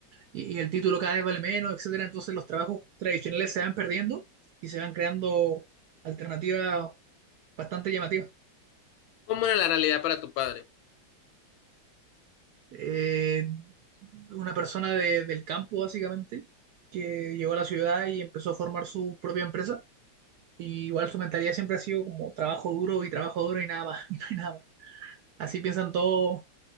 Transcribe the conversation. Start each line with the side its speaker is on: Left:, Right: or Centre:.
Right: Y, y el título cada vez vale menos, etcétera. Entonces los trabajos tradicionales se van perdiendo y se van creando alternativas bastante llamativas.
Left: ¿Cómo era la realidad para tu padre?
Right: Eh, una persona de- del campo, básicamente, que llegó a la ciudad y empezó a formar su propia empresa Y igual su mentalidad siempre ha sido como trabajo duro y trabajo duro y nada más, <laughs> y no hay nada más. Así piensan todos,